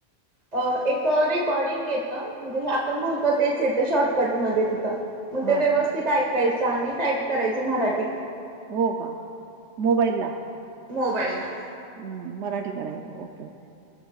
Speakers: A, on the right; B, on the right.
A: अ एक रेकॉर्डिंग येतं म्हणजे हे आपण बोलतो तेच येतं शॉर्टकटमध्येध्ये तिथं. मग
B: हा
A: ते व्यवस्थित ऐकायचं आणि टाईप करायचं मराठीत.
B: हो का मोबाईल ला.
A: मोबाईल ना.
B: ह मराठी करायचं ओके ओके.